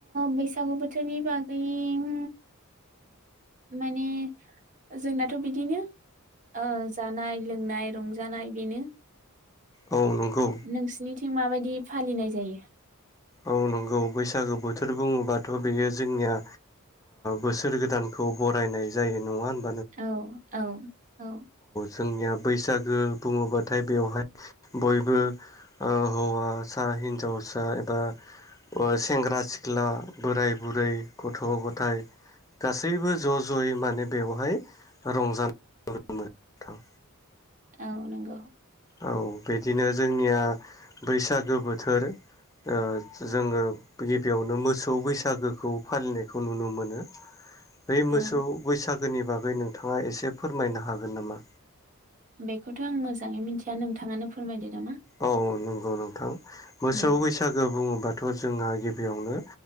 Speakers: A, on the right; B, on the left.
A: बैसागु बोथोरनि बागै उम माने जोंनाथ' बिदिनो ओ जानाय लोंनाय रंजानाय बेनो
B: औ नंगौ
A: नोंसिनिथिं माबायदि? फालिनाय जायो।
B: औ नंगौ बैसागो बोथोर बुङोबाथ‌ बेयो जोंनिया बोसोर गोदानखौ बरायनाय जायो नंङा होन
A: औ औ औ
B: जोंनिया बैसागो बुंङोबाथाय बेवहाय बयबो हौवासा हिन्जावसा एबा ओ सेंग्रा सिख्ला बोराय बुरै गथ' गथाय गासैबो ज' ज'यै माने बेवहाय रंजानायखौ नुनो मोनो नोंथां।
A: औ नंगौ
B: औ बिदिनो जोंनिया बैसागो बोथोर ओ जोङो गिबियावनो मोसौ बैसागोखौ फालिनायखौ नुनो मोनो। बे मोसौ
A: औ
B: बैसाग गोनि बागै नोंथाङा एसे फोरमायनो हागोन नामा?
A: बेखौथ' आं मोजाङै मिथिया नोंथाङानो फोरमायदो नामा
B: औ नंगौ नोंथां मोसौ
A: उम
B: बैसागो बुङोबाथ' जोंङा गि - यावनो